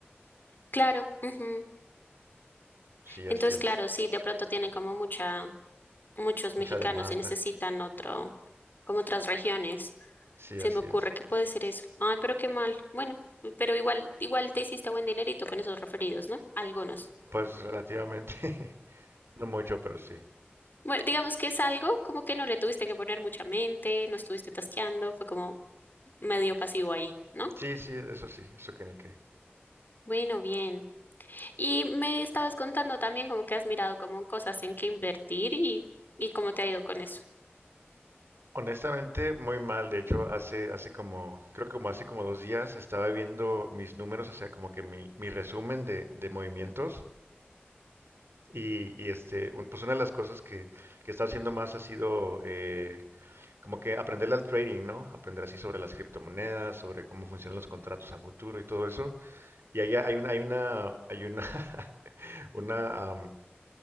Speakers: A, on the left; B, on the right.
A: Claro, ujú.
B: Sí, así
A: Entonces
B: es.
A: claro, sí, de pronto tienen como mucha, muchos
B: Mucha
A: mexicanos
B: demanda.
A: y necesitan otro, como otras regiones,
B: Sí,
A: se
B: así
A: me ocurre
B: es.
A: que puede ser eso. Ay, pero qué mal. Bueno, pero igual, igual te hiciste buen dinerito con esos referidos, ¿no? Algunos.
B: Pues relativamente, <laughs> no mucho, pero sí.
A: Bueno, digamos que es algo como que no le tuviste que poner mucha mente, no estuviste tasqueando, fue como medio pasivo ahí, ¿no?
B: Sí, sí, eso sí, eso que ni qué.
A: Bueno, bien. Y me estabas contando también como que has mirado como cosas en que invertir y, y cómo te ha ido con eso.
B: Honestamente, muy mal. De hecho, hace, hace como, creo que como hace como dos días estaba viendo mis números, o sea, como que mi, mi resumen de, de movimientos. Y, y, este, un- pues una de las cosas que, que he estado haciendo más ha sido eh, como que aprenderle al trading, ¿no? Aprender así sobre las criptomonedas, sobre cómo funcionan los contratos a futuro y todo eso. Y ahí hay una, hay una, <laughs> hay una, <laughs> una,